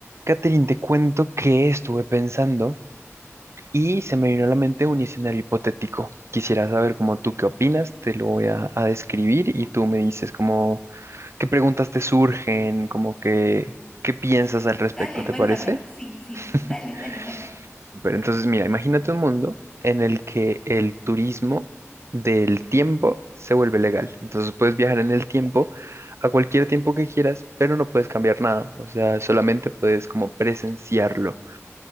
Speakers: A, on the right (about 60°); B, on the left (about 20°).
A: Catherine, te cuento que estuve pensando y se me vino a la mente un escenario hipotético. Quisiera saber cómo tú qué opinas, te lo voy a, a describir y tú me dices cómo, qué preguntas te surgen, como que, qué piensas al respecto,
B: Dale,
A: ¿te
B: cuéntame.
A: parece?
B: Sí, sí,
A: <laughs>
B: dale, dale, cuéntame.
A: Súper, entonces mira, imagínate un mundo en el que el turismo del tiempo se vuelve legal. Entonces puedes viajar en el tiempo a cualquier tiempo que quieras, pero no puedes cambiar nada, o sea, solamente puedes como presenciarlo.